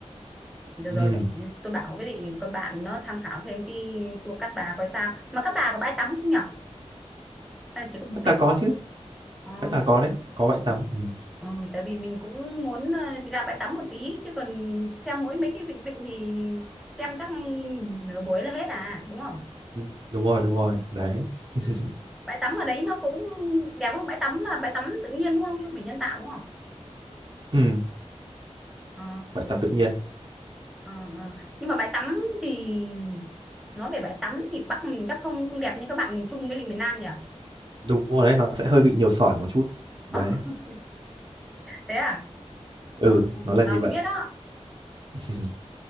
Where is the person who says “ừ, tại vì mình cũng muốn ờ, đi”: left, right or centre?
Centre